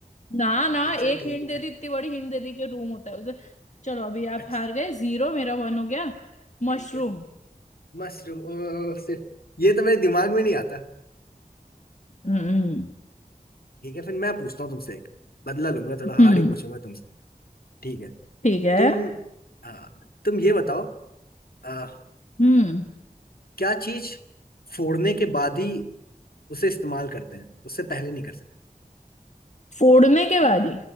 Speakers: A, on the left (about 50°); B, on the left (about 80°).
A: ना ना
B: अच्छा
A: एक
B: ठीक
A: हिंट
B: है
A: दे दी इतनी बड़ी हिंट दे दी कि रूम होता है उसे चलो अभी
B: अच्छा
A: आप हार गए जीरो मेरा वन हो गया मशरूम
B: ठीक है मशरूम ओ सिर्फ ये तो मेरे दिमाग में नहीं आता
A: हम्म
B: ठीक है फिर मैं पूछता हूँ तुमसे एक बदला लूंगा थोड़ा हार्ड
A: हम्म
B: ही पूछूंगा तुमसे ठीक है
A: ठीक है
B: तुम आ, तुम ये बताओ आ,
A: हम्म
B: क्या चीज फोड़ने के बाद ही उसे इस्तेमाल करते हैं उससे पहले नहीं कर सकते
A: फोड़ने के बाद ही